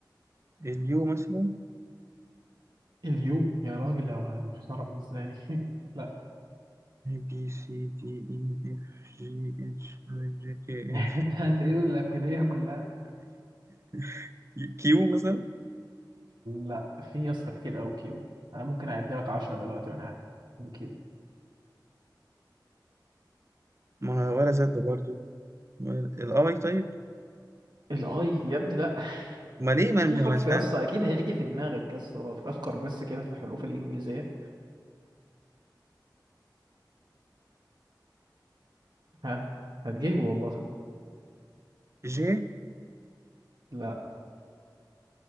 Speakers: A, on the right; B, on the right.
A: اليو مثلا
B: اليو يا راجل يا محترم ازاي <laughs> لا
A: بي سي دي إي إف جي إتش آي جي كي
B: <laughs>
A: إف
B: انت هتقول الأبجدية كلها
A: <laughs> كيو مثلا
B: لا في يا اسطى كتير قوي كيو انا ممكن اعد لك 10 دلوقتي وانا قاعد بكيو
A: ما ولا زد برضو ولا- الآي طيب
B: الاي يا ابني لا
A: ما ليه
B: <laughs>
A: ما أنا
B: في حرف
A: مش
B: يا اسطى اكيد هيجي في دماغك يا اسطى فكر بس كده في حروف الانجليزيه ها هتجيبه والله
A: جي
B: لا